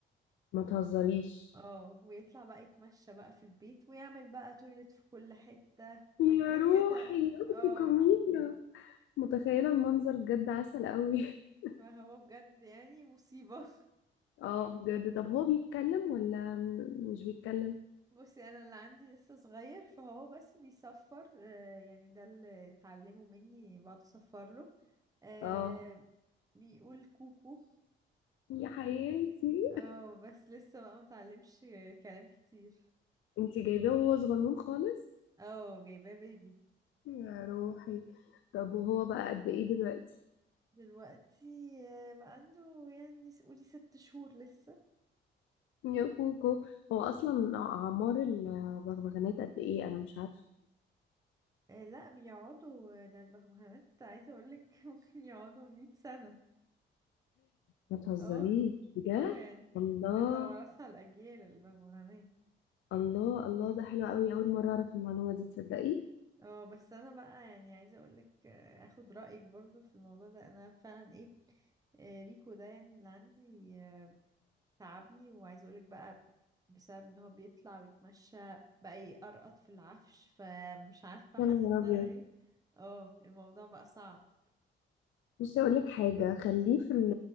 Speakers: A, on the left; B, on the right.
A: ما تهزريش
B: اه ويطلع بقى يتمشى بقى في البيت ويعمل بقى تويلت في كل حتة والدنيا
A: يا روحي
B: ت...
A: يا
B: اه
A: بنتي كمينة متخيلة المنظر بجد عسل قوي <laughs>
B: فهو بجد يعني مصيبة <laughs>
A: اه بجد طب هو بيتكلم ولا م- مش بيتكلم
B: بصي انا اللي عندي لسه صغير فهو بس بيصفر آه، يعني ده اللي اتعلمه مني بقعد اصفر له آه،
A: اه
B: بيقول كوكو
A: يا حياتي
B: اه بس لسه بقى متعلمش كلام كتير
A: انتي جايباه وهو صغنون خالص
B: اه جايباه بيبي
A: يا روحي طب وهو بقى قد ايه دلوقتي
B: دلوقتي آه، بقى عنده يعني قولي ست شهور لسه
A: يا كوكو هو اصلا اعمار البغبغانات قد ايه انا مش عارفة
B: آه، لا بيقعدوا ده البغبغانات عايزة اقولك <laughs> ممكن يقعدوا مئة سنة
A: ما تهزريش
B: اه
A: بجد
B: اه يعني
A: الله
B: بيتوارثها الأجيال البغبغانات
A: الله الله ده حلو قوي اول مره اعرف المعلومه دي تصدقي
B: اه بس انا بقى يعني عايزة اقولك آه، اخد رأيك برضو في الموضوع ده انا فعلا ايه آه، ريكو ده يعني اللي عندي آه، تعبني وعايزة اقولك بقى بسبب ان هو بيطلع ويتمشى بقى يقرقط في العفش فمش عارفة
A: يا
B: حاسة
A: نهار
B: ان
A: ابيض
B: انا ايه اه الموضوع بقى صعب
A: بصي اقول لك حاجه خليه في ال